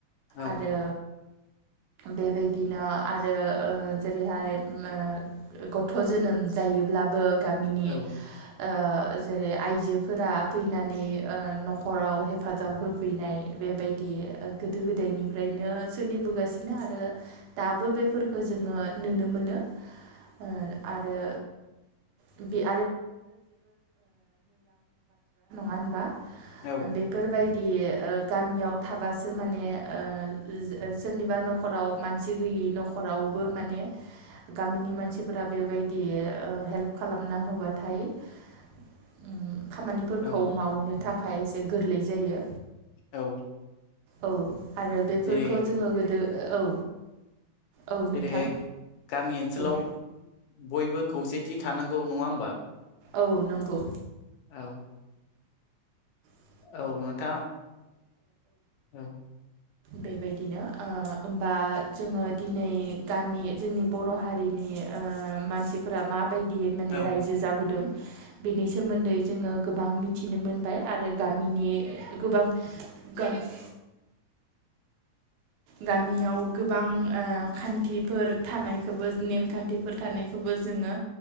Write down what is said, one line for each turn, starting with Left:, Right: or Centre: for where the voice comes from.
Left: औ
Right: आरो बेबायदिनो आरो ओ जेरैहाय उम ओ गथ' जोनोम जायोब्लाबो गामिनि
Left: औ
Right: ओ जेरै आइजोफोरा फैनानै ओ न'खराव हेफाजाब होफैनाय बेबायदि बे गोदो गोदायनिफ्रायनो सोलिबोगासिनो आरो दाबो बेफोरखो जोङो नुनो मोनो। ओ आरो <inaudible> <unintelligible> नङा होनबा
Left: औ
Right: बेफोरबायद बि ओ गामियाव थाबासो माने ओ ओ सोरनिबा न'खराव मानसि गैयि न'खरावबो माने गामिनि मानसिफोरा बेबायद दि ओ हेल्प खालामना होबाथाय ओ खामानिफोरखौ
Left: औ
Right: मावनो थाखाय एसे गोरलै जायो।
Left: औ
Right: औ आरो बेफोरखौ
Left: जेरै
Right: जोङो गोदो औ औ
Left: जेरैहाय
Right: नोंथां
Left: गामि ओनसोलाव
Right: औ
Left: बयबो खौसेथि थानांगौ नङा होमबा?
Right: औ नंगौ
Left: औ
Right: <inaudible>
Left: औ नोंथां औ
Right: बेबायदिनो आ ओमबा जोङो दिनै गामि जोंनि बर' हारिनि ओ मानसिफोरा मा बायद दि माने
Left: औ
Right: रायजो जाबोदों बेनि सोमोन्दै जोङो गोबां मिथिनो मोनबाय आरो गामिनि गोबां गान्स गामियाव गोबां आ खान्थिफोर थानायखोबो नेमखान्थिफोर थानायखोबो जोङो